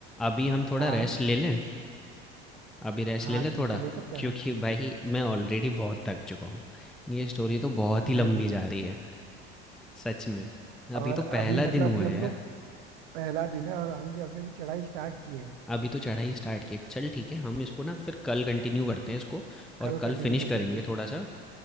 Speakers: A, in the centre; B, on the right.
A: अभी हम थोड़ा
B: हाँ
A: रेस्ट ले लें? अभी रेस्ट
B: हाँ
A: ले लें
B: ठीक
A: थोड़ा?
B: है ले सकते
A: क्योंकि
B: हैं ना
A: भाई मैं ऑलरेडी बहुत थक चुका हूँ। ये स्टोरी तो बहुत ही लंबी
B: मैं भी
A: जा रही है, सच में। अभी
B: और
A: तो
B: अभी
A: पहला
B: मतलब
A: दिन हुआ
B: अभी हम
A: है यार।
B: लोग पहला दिन है और हमने अभी अभी चढ़ाई स्टार्ट की है
A: अभी तो चढ़ाई स्टार्ट की है। चल ठीक है हम इसको ना फिर कल कंटिन्यू करते हैं इसको और
B: कल
A: कल
B: कंटिन्यू
A: फिनिश
B: करते
A: करेंगे
B: हैं
A: थोड़ा सा